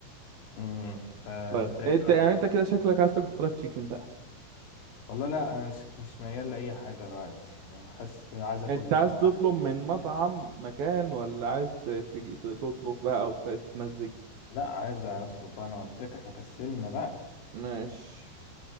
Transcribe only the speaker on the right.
طيب
انت
يعني انت كده شكلك عايز تاكل فرايد تشيكن بقى
انت عايز
تطلب
من مطعم مكان ولا عايز ت- تجي ت- تطبخ بقى او ت- تتمزج
ماشي